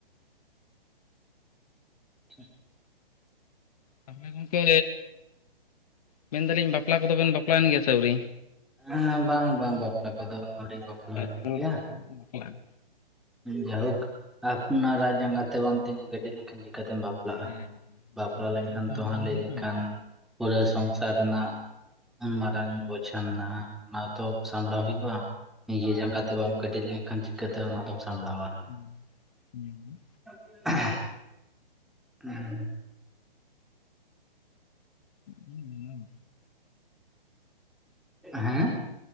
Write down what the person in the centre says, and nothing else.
ᱴᱷᱤᱠ
ᱦᱮᱸ ᱵᱟᱝ ᱵᱟᱝ ᱵᱟᱯᱞᱟ ᱠᱚᱫᱚ ᱟᱹᱶᱨᱤ ᱵᱟᱯᱞᱟ
ᱦᱩᱭᱩᱜ ᱜᱮᱭᱟ ᱡᱟᱭᱦᱳᱠ ᱟᱯᱱᱟᱨᱟᱜ ᱡᱟᱸᱜᱟ ᱛᱮ ᱵᱟᱢ ᱛᱤᱸᱜᱩ ᱠᱮᱴᱮᱡ ᱞᱮᱱ ᱠᱷᱟᱱ ᱪᱤᱠᱟᱹᱛᱮᱢ ᱵᱟᱯᱞᱟᱜ-ᱟ
ᱵᱟᱯᱞᱟᱼᱟ ᱵᱟᱯᱞᱟ
ᱞᱮᱱᱠᱷᱟᱱ
ᱛᱚ ᱦᱟᱸᱜ
ᱞᱟᱹᱭ
ᱞᱮᱱᱠᱷᱟᱱ ᱯᱩᱨᱟᱹ ᱥᱚᱝᱥᱟᱨ ᱨᱮᱱᱟᱜ ᱩᱱ ᱢᱟᱨᱟᱝ ᱵᱳᱪᱷᱟ ᱢᱮᱱᱟᱜᱼᱟ ᱚᱱᱟ ᱛᱚ ᱥᱟᱢᱲᱟᱣ ᱦᱩᱭᱩᱜᱼᱟ ᱱᱤᱡᱮ ᱡᱟᱸᱜᱟ
ᱛᱮ ᱵᱟᱢ ᱠᱮᱹᱴᱮᱡ ᱞᱮᱱ ᱠᱷᱟᱱ ᱪᱤᱠᱟᱹ ᱛᱮ ᱚᱱᱟ ᱫᱚᱢ ᱥᱟᱢᱲᱟᱣᱟ
<unintelligible> ᱦᱮᱸ
ᱦᱮᱸ